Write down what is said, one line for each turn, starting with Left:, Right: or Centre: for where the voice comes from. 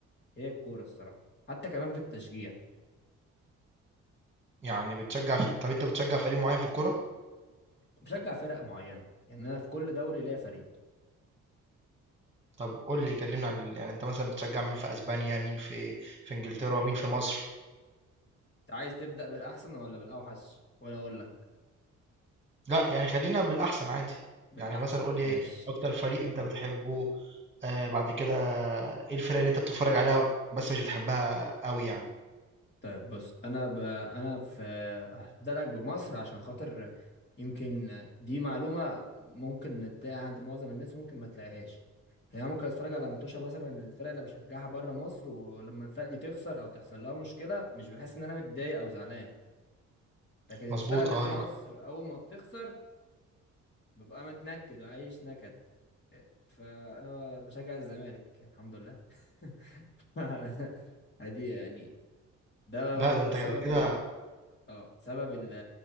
Left: هي الكورة الصراحة حتى كمان في التشجيع
Right: يعني بتشجع في... طب انت بتشجع فريق معين في الكورة
Left: بشجع فرق معينة يعني أنا في كل دوري ليا فريق
Right: طب قول لي كلمنا عن ال... يعني انت مثلا بتشجع مين في اسبانيا مين في في انجلترا مين في مصر
Left: أنت عايز تبدأ بالأحسن ولا بالأوحش وأنا أقول لك
Right: لا يعني خلينا بالاحسن عادي
Left: بالأحسن
Right: يعني مثلا قول لي
Left: ماشي
Right: ايه اكتر فريق انت بتحبه آه بعد كده ايه الفرق اللي انت بتتفرج عليها بس مش بتحبها قوي يعني
Left: طيب بص أنا ب... أنا في هبدأ لك بمصر عشان خاطر يمكن دي معلومة ممكن تلاقيها عند معظم الناس ممكن ما تلاقيهاش يعني أنا ممكن اتفرج على متوشة مثلا الفرق اللي بشجعها بره مصر ولما الفرق دي تخسر او تحصل لها مشكلة مش بحس ان انا متضايق او زعلان لكن الفرقة
Right: مظبوط
Left: اللي
Right: اه
Left: في مصر
Right: يا معلم
Left: أول ما بتخسر ببقى متنكد وعايش نكد فانا بشجع الزمالك الحمد لله <laughs> عادي يعني ده
Right: لا
Left: هو
Right: ده انت
Left: سبب
Right: كده كده
Left: ال... اه سبب ال...